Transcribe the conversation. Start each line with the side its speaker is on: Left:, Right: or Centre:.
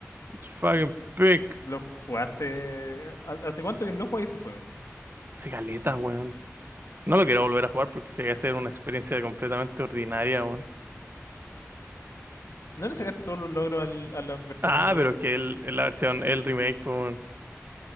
Right: Fucking pick.
Left: lo jugaste. ¿Hace cuánto que no jugaste este juego?
Right: Hace caleta, weón. No lo quiero volver a jugar porque se va a hacer una experiencia completamente ordinaria aún.
Left: ¿No le sacaste todos los logros al- a las versiones
Right: Ah,
Left: nuevas?
Right: pero que el, la versión, el remake, pues,